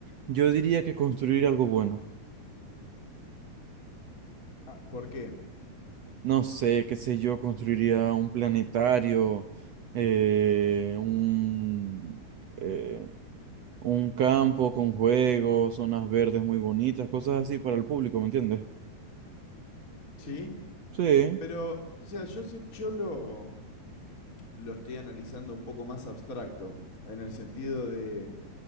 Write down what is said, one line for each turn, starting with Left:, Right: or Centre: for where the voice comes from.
Right: yo diría que construir algo bueno.
Left: Ah, ¿por qué?
Right: No sé, qué sé yo, construiría un planetario, eh, un, eh, un campo con juegos, zonas verdes muy bonitas, cosas así para el público, ¿me entiendes?
Left: ¿Sí?
Right: Sí,
Left: Pero, o sea, yo, sien- yo lo, lo estoy analizando un poco más abstracto, en el sentido de